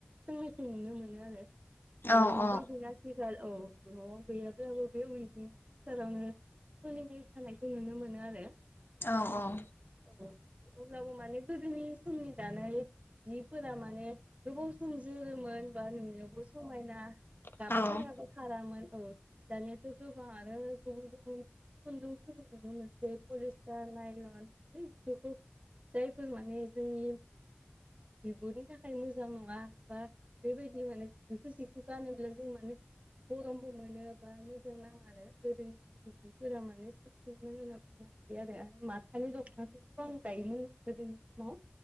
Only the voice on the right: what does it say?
सोंनायखौ नुनो मोनो आरो
ओ बेबायदिनो
आथि औ न'आव गैयाब्लाबो बे उल जि फोरावनो सोलिनाय थानायखौ नुनो मोनो आरो
औ अब्लाबो माने गोदोनि समनि दानाय जिफोरा माने गोबाव सोमजोरोमोन दा नुनायावबो समायना
गाबफोराबो खारामोन औ दानियाथ गोबांआनो गुबुन गुबुन खुन्दुंफोरखौ नुनो मोनसै पलिस्टार नायलन बेफोरखौ जाय फोर माने जोंनि बिगुरनि थाखाय मोजां नंङा बा बेबायदि माने बिखौ जिखौ गानोब्ला जों माने गरमबो मोनो बा मोजां नाङा आरो गोदोनि जिफोरा माने साबसिनमोन होनना बुंनो हायो आरो माथानि दखनाफोरखौबो गानजायोमोन गोदोनि समाव